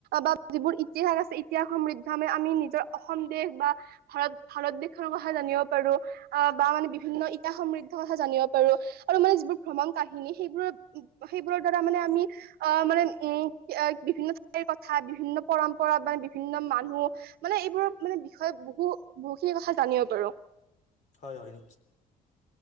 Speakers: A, on the right (about 75°); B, on the left (about 50°).
A: বা যিবোৰ ইতিহাস আছে, ইতিহাস সমৃদ্ধি আমি আমি নিজৰ অসম দেশ বা ভাৰত ভাৰত দেশখনৰ কথা জানিব পাৰোঁ আহ, বা মানে বিভিন্ন ইতিহাস সমৃদ্ধৰ কথা জানিব পাৰোঁ। আৰু মানে যিবোৰ ভ্ৰমণ কাহিনী সেইবোৰৰ সেইবোৰৰ দ্বাৰা মানে আমি আ, মানে উম, বিভিন্ন ঠাইৰ কথা, বিভিন্ন পৰম্পৰা মানে বিভিন্ন মান নুহ মানে এইবোৰৰ মানে বিষয়ে বহু বহুখিনি কথা জানিব পাৰোঁ।
B: হয় হয় নিশ্চ